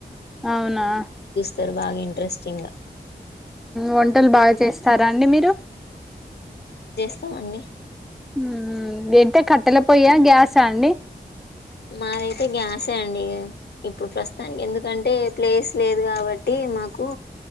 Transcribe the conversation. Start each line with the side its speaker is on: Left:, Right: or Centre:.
Centre: అవునా
Left: తర్ బాగా ఇంట్రెస్టింగా
Centre: వంటలు బాగా చేస్తారా అండి మీరు
Left: సమండి
Centre: మ్మ్ ఏంటే కట్టెల పోయ్యా గ్యాసా అండి
Left: మాదైతే గ్యాసే అండి ఇప్పుడు ప్రస్తానికి ఎందుకంటే ప్లేస్ లేదు కాబట్టి మాకు,